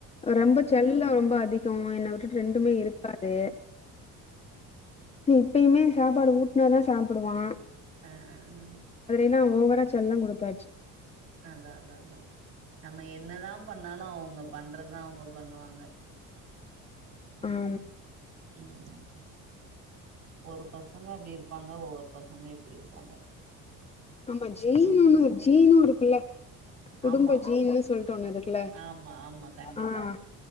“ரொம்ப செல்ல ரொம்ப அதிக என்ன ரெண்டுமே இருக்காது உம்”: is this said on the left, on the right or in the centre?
Left